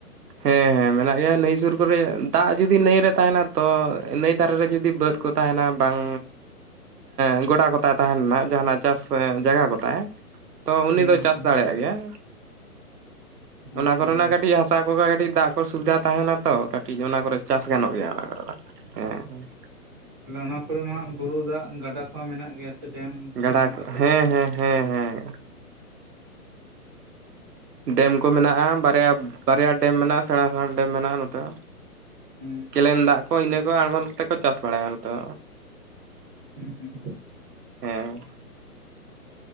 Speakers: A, on the right; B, on the right.
A: ᱦᱮᱸ ᱦᱮᱸ ᱢᱮᱱᱟᱜ ᱜᱮᱭᱟ ᱱᱟᱹᱭ ᱥᱩᱨ ᱠᱚᱨᱮ ᱫᱟᱜ ᱡᱩᱫᱤ ᱱᱟᱹᱭ ᱨᱮ ᱛᱟᱦᱮᱱᱟ ᱛᱚ ᱱᱟᱹᱭ ᱫᱷᱟᱨᱮ ᱨᱮ ᱡᱩᱫᱤ ᱵᱟᱹᱫᱽ ᱠᱚ ᱛᱟᱦᱮᱱᱟ ᱵᱟᱝ ᱮᱸᱻᱜᱚᱰᱟ ᱜᱚᱴᱟ ᱛᱟᱦᱮᱱ ᱢᱟ ᱡᱟᱦᱟᱱᱟᱜ ᱪᱟᱥ ᱡᱟᱭᱜᱟ ᱠᱚ ᱛᱟᱭ ᱛᱚ ᱩᱱᱤ
B: ᱦᱩᱸ
A: ᱫᱚ
B: ᱦᱩᱸ
A: ᱪᱟᱥ ᱫᱟᱲᱮᱭᱟᱜ ᱜᱮᱭᱟᱭ
B: ᱵᱟᱠᱷᱟᱱ
A: ᱚᱱᱟ ᱠᱚᱨᱮᱱᱟᱜ ᱠᱟᱹᱴᱤᱡ ᱦᱟᱥ ᱛᱟᱠᱚ ᱜᱮ ᱠᱟᱹᱴᱤᱡ ᱫᱟᱜ ᱠᱚ ᱥᱩᱵᱤᱫᱷᱟ ᱛᱟᱦᱮᱱᱟ ᱛᱚ ᱠᱟᱹᱴᱤᱡ ᱚᱱᱟ ᱠᱚᱨᱮ ᱪᱟᱥ ᱜᱟᱱᱚᱜ ᱜᱮᱭᱟ ᱟᱸᱜᱻ ᱦᱮᱸ ᱦᱮᱸ
B: ᱞᱟᱱᱟ ᱠᱚᱨᱮ ᱢᱟ ᱦᱟᱸᱜ ᱵᱩᱨᱩ ᱫᱟᱜ ᱜᱟᱰᱟ ᱠᱚᱦᱚᱸ ᱢᱮᱱᱟᱜ ᱜᱮᱭᱟ ᱥᱮ ᱰᱮᱢ
A: ᱜᱟᱰᱟ
B: ᱢᱮᱱᱟᱜ
A: ᱠᱚ
B: ᱟᱠᱟᱫᱟ
A: ᱦᱮᱸ ᱦᱮᱸ ᱦᱮᱸ ᱦᱮᱸ ᱰᱮᱢ ᱠᱚ ᱢᱮᱱᱟᱜᱼᱟ ᱵᱟᱨᱭᱟ ᱵᱟᱨᱭᱟ ᱰᱮᱢ ᱢᱮᱱᱟᱜᱼᱟ ᱥᱮᱬᱟ ᱥᱮᱬᱟ ᱰᱮᱢ ᱢᱮᱱᱟᱜᱼᱟ ᱱᱚᱛᱮ ᱫᱚ
B: ᱦᱩᱸ ᱦᱩᱸ
A: ᱠᱮᱞᱮᱱ ᱫᱟᱜ ᱠᱚ ᱤᱱᱟᱹ ᱠᱚ ᱟᱬᱜᱚᱱ ᱛᱮᱠᱚ ᱪᱟᱥ ᱵᱟᱲᱟᱭᱟᱢ ᱛᱚ
B: ᱦᱩᱸ
A: ᱦᱮᱸ